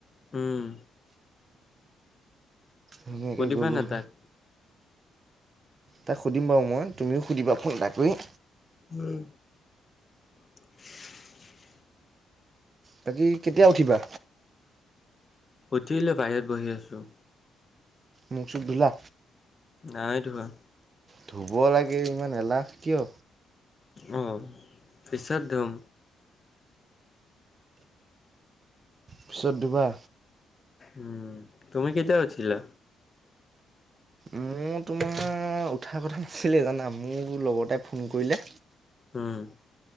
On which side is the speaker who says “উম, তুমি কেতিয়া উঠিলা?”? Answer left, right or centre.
Left